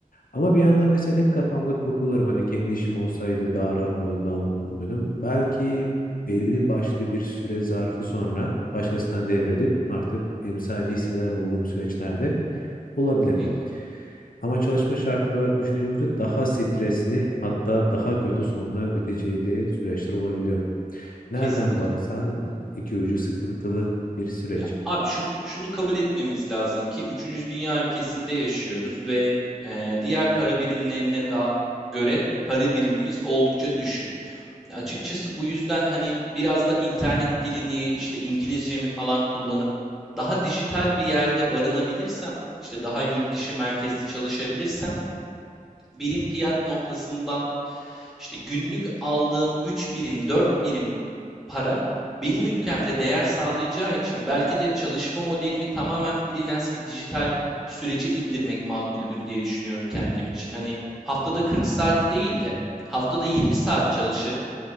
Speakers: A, on the left (about 75°); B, in the centre.
A: Ama bir yandan mesela hep kafamda kurgularım hani kendi işim olsaydı daha rahat mıydım, daha mutlu muydum? Belki belli başlı bir süre zarfı sonra başkasına devredip artık benim sadece hissedar olduğum süreçlerde olabilir.
B: Hı hı.
A: Ama çalışma şartları olarak düşününce olunca daha stresli hatta daha kötü sonla biteceği de süreçler olabiliyor. Nereden
B: Kesinlikle.
A: baksan iki ucu sıkıntılı bir süreç.
B: Ya abi şunu şunu kabul etmemiz lazım ki üçüncü dünya ülkesinde yaşıyoruz ve e, diğer para birimlerine da göre para birimimiz oldukça düşük. Açıkçası bu yüzden hani biraz da internet dilini işte İngilizcemi falan kullanıp daha dijital bir yerde barınabilirsem, işte daha yurt dışı merkezli çalışabilirsem birim fiyat noktasından işte günlük aldığım 3 birim, 4 birim para benim ülkemde değer sağlayacağı için belki de çalışma modelimi tamamen freelance ve dijital sürece indirmek makuldür diye düşünüyorum kendim için. Hani haftada 40 saat değil de haftada 20 saat çalışırım.